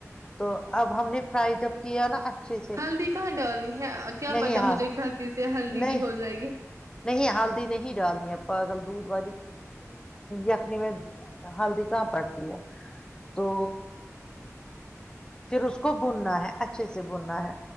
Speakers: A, on the left; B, on the right.
A: تو اب ہم نے فرائی جب کیا نا اچھے سے
B: ہلدی کہاں ڈالنی ہے کیا
A: نہیں
B: پتا
A: ہال
B: مجھے غلطی سے ہلدی
A: نہیں
B: بھی ہو جائے گی
A: نہیں ہلدی نہیں ڈالنی ہے پاگل دودھ وی یخنی میں ہلدی کہاں پڑتی ہے تو پھر اس کو بننا ہے اچھے سے بننا ہے